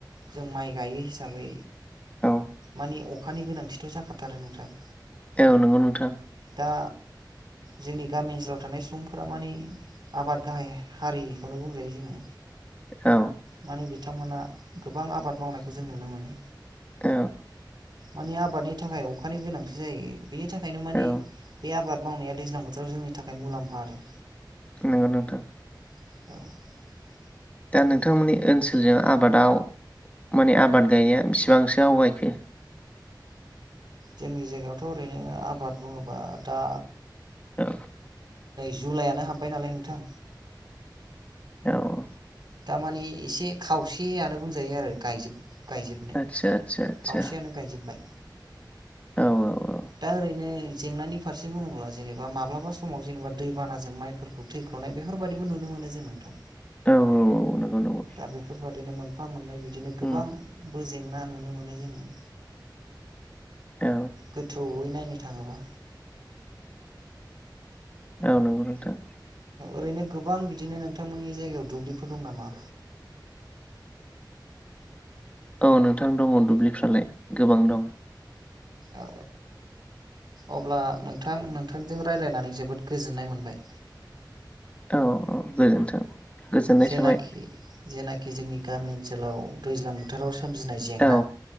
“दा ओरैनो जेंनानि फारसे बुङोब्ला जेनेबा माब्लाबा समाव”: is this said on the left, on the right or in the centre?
Right